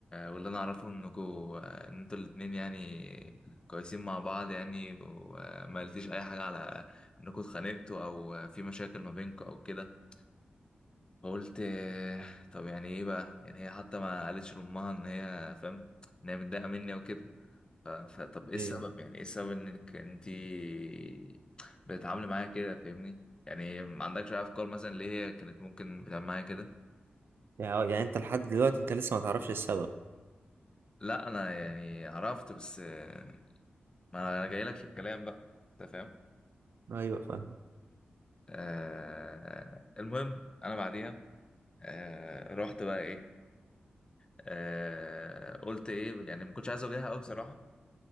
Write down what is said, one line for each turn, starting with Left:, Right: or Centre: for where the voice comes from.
Left: واللي انا اعرفه انكوا ان انتوا الاتنين يعني كويسين مع بعض يعني وما قالتليش اي حاجه على انكوا اتخانقتوا او في مشاكل ما بينكوا او كده فقلت آه، طب يعني ايه بقى يعني هي حتى ما قالتش لامها ان هي فاهم ان هي متضايقه مني وكده ف- فطب ايه السبب
Right: ايوه
Left: يعني ايه السبب انك انتي بتتعاملي معايا كده فاهمني يعني ما عندكش اي افكار مثلا ليه هي كانت ممكن بتعمل معايا كده
Right: يعني يعني انت لحد دلوقتي انت لسه ما تعرفش السبب
Left: لا انا يعني عرفت بس آه، ما انا جاي لك في الكلام بقى انت فاهم
Right: ايوه فاهم
Left: آه المهم انا بعديها آه رحت بقى ايه آه قلت ايه يعني ما كنتش عايز اواجهها قوي بصراحه